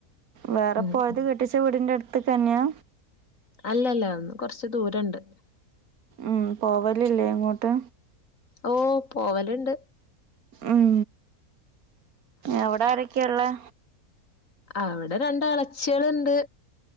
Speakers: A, on the right (about 75°); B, on the left (about 60°).
A: വേറെ
B: ഉം
A: പോയത്
B: ഉം.
A: കെട്ടിച്ച വീടിന്റെടുത്ത് ക്കന്യാ
B: അല്ലല്ലാ കൊറച്ച് ദൂരണ്ട്
A: ഉം പോവലില്ലേ അങ്ങോട്ട്
B: ഓ പോവലിണ്ട്
A: ഉം അവിടെ ആരൊക്കെയാ ഉള്ളേ
B: അവിടെ രണ്ട് അളച്ചിള്ണ്ട്